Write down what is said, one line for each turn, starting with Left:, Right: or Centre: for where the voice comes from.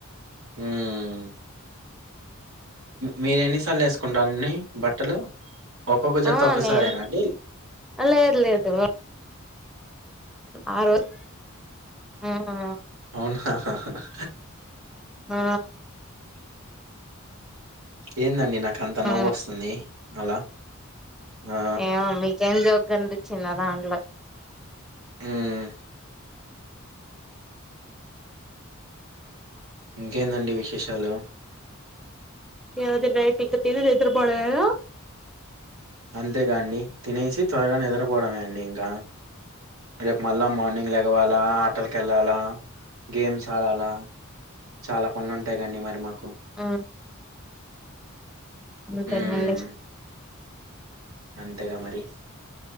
Right: ఉమ్ మీరెన్నిసార్లు వేసుకుంటారండి బట్టలు ఒక్కొక్క జత
Centre: ఆ
Right: ఒక్కసారేనా
Centre: నేన్
Right: అండి?
Centre: లేదు లేదు ఆ రోజు ఆహ్ హ
Right: అవునా హా హ హ
Centre: ఆ
Right: ఏందండి నాకు నాక అంత నవ్వు
Centre: ఆ
Right: వస్తుంది అలా ఆ!
Centre: ఏమో మీకేం జోకగానిపించిందో దాంట్లో
Right: ఉమ్ ఇంకేందండి విశేషాలు
Centre: ఏవండీ నైట్ ఇక తిని నిద్రపోవడమేనా
Right: అంతేగాండి తినేసి త్వరగా నిద్రపోవడమే అండి ఇంకా రేపు మళ్ళా మార్నింగ్ లెగవాల కెళ్ళాలా గేమ్స్ ఆడాలా చాలా పనులు ఉంటాయి కండి మరి మాకు
Centre: ఆ అంతేగాండి
Right: మ్మ్ అంతేగా మరి